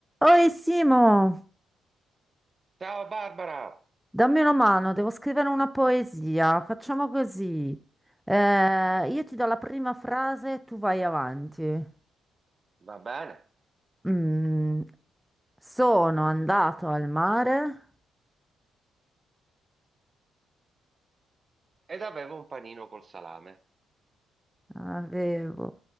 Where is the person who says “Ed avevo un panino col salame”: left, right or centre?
Right